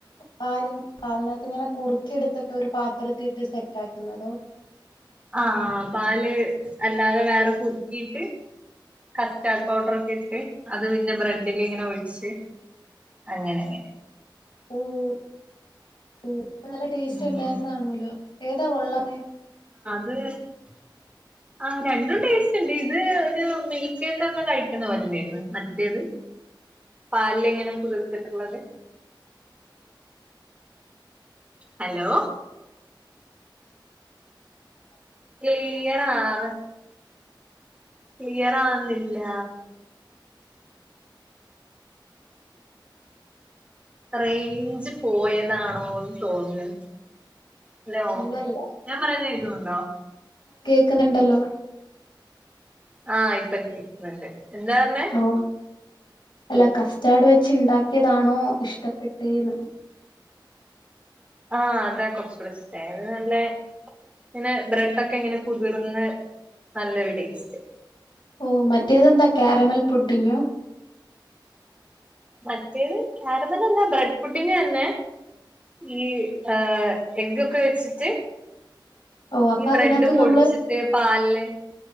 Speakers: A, on the left (about 75°); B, on the right (about 15°).
A: പാലി പാലിനകത്ത് ഇങ്ങനെ കുറുക്കി എടുത്തിട്ട് ഒരു പാത്രത്തിട്ട് സെ റ്റാക്കുന്നതോ
B: ആഹ് പാല് അല്ലാതെ വേറെ കുറുക്കീട്ട് കസ്റ്റാർഡ് പൗഡർ ഒക്കെ ഇട്ട് അത് പിന്നെ ബ്രെഡിലിങ്ങനെ ഒഴിച്ച് അങ്ങനെ അങ്ങനെ
A: ഓഹ് ഓ നല്ല ടേസ്റ്റ്
B: ഉം
A: ഇണ്ടായിരുന്നാണുല്ലോ <unintelligible> ത്ത് ഒള്ളമേ
B: <unintelligible> ആ രണ്ടും ടേസ്റ്റ് ഇണ്ട് ഇത് ഒരു മിൽക്കേക്കൊക്കെ കഴിക്കുന്നപോലൊണ്ടേരുന്നു മറ്റേത് പാൽല് ഇങ്ങനെ കുതിർത്തിട്ടുള്ളത് ഹലോ ക്ലീയറാണ് ക്ലിയറാവ്ന്നില്ല റേഞ്ച് പോയതാണോന്ന് തോന്ന് ഹലോ
A: നല്ലല്ല
B: ഞാൻ പറയുന്നെ കേക്കുന്നുണ്ടോ
A: ക്ക്ന്ന്ണ്ടല്ലോ
B: ആ ഇപ്പൊ കേക്ക്ന്ന്ണ്ട് എന്താ പർഞ്ഞെ
A: ആ അല്ല കസ്റ്റാഡ് വെച്ച് ഇണ്ടാക്കിയതാണോ ഇഷ്ടപ്പെട്ടേന്ന്
B: ആ അതാ കൊറച്ചൂടെ ഇഷ്ടായെ അത് നല്ലെ പിന്നെ ബ്രെഡൊക്കെ ങ്ങനെ കുതിർന്ന് നല്ലൊരു ടേസ്റ്റ്
A: ഓ മറ്റേതെന്താ ക്യാരമൽ പുഡിങ്ങോ
B: മറ്റേത് ക്യാരമലല്ല ബ്രെഡ് പുഡിങ്ങെന്നെ ഈ എ എഗ്ഗൊക്കെ വെച്ചിട്ട്
A: ഓ അപ്പൊ
B: ഈ ബ്രെഡ്
A: അതിനകത്ത്
B: പൊടിച്ചിട്ട്
A: നമ്മള്
B: പാലില്